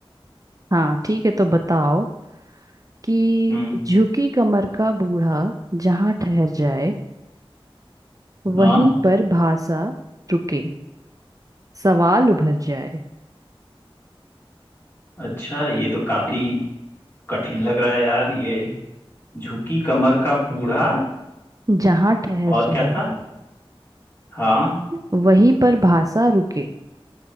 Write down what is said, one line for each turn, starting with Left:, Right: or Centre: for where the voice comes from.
Right: हाँ ठीक है तो बताओ कि
Left: हम्म
Right: झुकी कमर का बूढ़ा जहाँ ठहर जाए वहीं
Left: हाँ
Right: पर भाषा रुके सवाल उभर जाए
Left: अच्छा ये तो काफी कठिन लग रहा है यार ये झुकी कमर का बूढ़ा
Right: जहाँ ठहर
Left: और
Right: जाए
Left: क्या था हाँ
Right: वहीं पर भाषा रुके